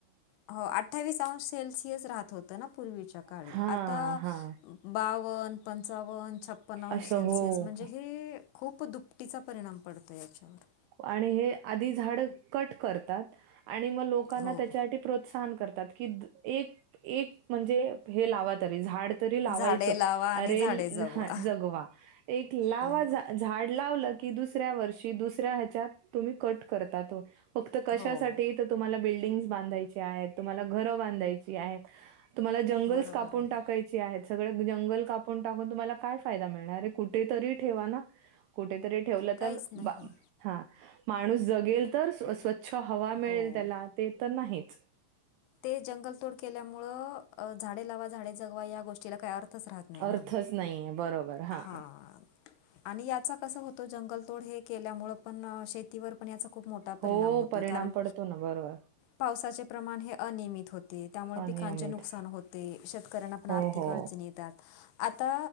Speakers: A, on the left (about 85°); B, on the right (about 80°).
A: हं, अठ्ठावीस अंश सेल्सिअस राहत होतं ना, पूर्वीच्या काळी
B: हा
A: आता
B: हा
A: बावन, पंचावन्न, छप्पन्न अंश
B: असं
A: सेल्सिअस
B: हो.
A: म्हणजे हे खूप दुपटीचा परिणाम पडतो याच्यावर.
B: आणि हे आधी झाड कट करतात, आणि मग लोकांना
A: हो
B: त्याच्यासाठी प्रोत्साहन करतात, की एक एक म्हणजे हे लावा तरी, झाड तरी लावायचं,
A: झाडे लावा आणि
B: अरे
A: झाडे जगवा
B: ह जगवा. एक लावा
A: हो
B: झा झाड लावलं की, दुसऱ्या वर्षी दुसऱ्या ह्याच्यात, तुम्ही कट करतात. फक्त कशासाठी,
A: हो
B: तर तुम्हाला बिल्डिंगस बांधायची आहेत, तुम्हाला घरं बांधायची आहेत. तुम्हाला जंगल्स
A: बरोबर
B: कापून
A: आहे
B: टाकायचे हे आहेत, सगळ जंगल कापून टाकून तुम्हाला काय फायदा मिळणार आहे, कुठे तरी ठेवा ना. कुठेतरी ठेवलं
A: काहीच
B: तर,
A: नाही
B: हा माणूस जगेल तर स्व छ हवा मिळेल
A: हो
B: त्याला, ते तर नाहीच
A: ते जंगलतोड केल्यामुळ, अ झाडे लावा झाडे जगवा, या गोष्टीला काही अर्थच राहत नाही ना,
B: अर्थच नाहीये. बरोबर.
A: हा.
B: हां.
A: आणि याचा कस होत, जंगलतोड हे केल्यामुळ, पण शेतीवर पण याचा खूप मो ता परिणाम
B: हो,
A: होतोय,
B: परिणाम
A: कारण
B: पडतो ना. बरोबर.
A: पावसाचे प्रमाण हे अनयमित होत ते त्यामुळे
B: अनियमित.
A: पिकांचे नुकसान होते, शेतकऱ्यांना पण
B: हो,
A: आर्थिक
B: हो.
A: अडचणी येतात. आता